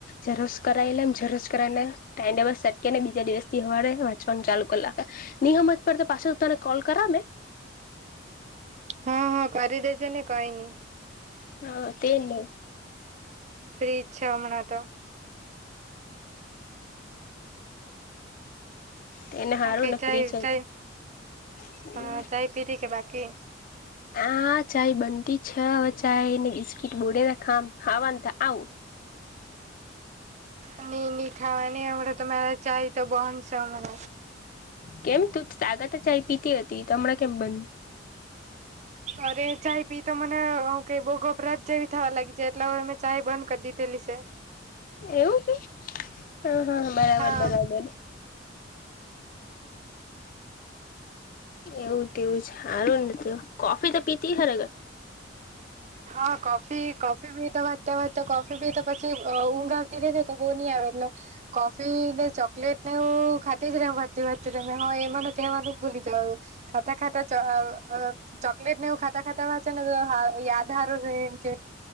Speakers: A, on the left; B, on the right.
A: ઝેરોક્ષ કરાય લેમ જેરોસ કરાના ટાઈમ ટેબલ સેટ કેને ને બીજા દિવસથી હવારે વાંચવાનું ચાલુ કલ્લાખ નિ હમજ પડ પાછુ તને કોલ કર મે?
B: હા-હા કરી દેજેને કઈ ની.
A: હા તેને.
B: ફ્રિજ છ હમણા તો.
A: તેને
B: હ
A: હારું
B: કઈ
A: ને
B: ચાય
A: ફ્રી છે
B: ચાય
A: તો
B: હ ચાય પીધી કે બાકી?
A: આ ચાય બનતી છ હવે ચાય ને બિસ્કીટ બોડેના <unintelligible> ખાવા ત આવું.
B: અને ની ખાવાની હમણા તો માર ચાય તો બન છે હમડે.
A: કેમ તું તાગતે ચાય પીતી હતી તમણા કેમ બન?
B: અરે ચાય પી તો મને હુંકે બો ગોપરાજ જેવી થવા લાગી છે એટલ <unintelligible> ચાય બંધ કરી દીધેલી સે.
A: એવું કે હ-હ-હ બરાબર-બરાબર.
B: હા
A: <inaudible> એવું તેવું જ હારું ને તો કોફી તો પીતી? <inaudible>
B: હા કોફી કોફી પી તો વાતા વાતા કોફી પી તો પછી અ ઊંઘ આવતી રે તો બોની આવે એટલે કોફી ને ચોકલેટ ને એવું ખાતી જ રમ વાતી-વાતી <unintelligible> હ એમને કેવાનું ભૂલી જઉ ખાતા-ખાતા ચ-અ-અ ચોકલેટ ને એવુ ખાતા ખાતા વાચે ને તો <unintelligible> ધારુને એમ કે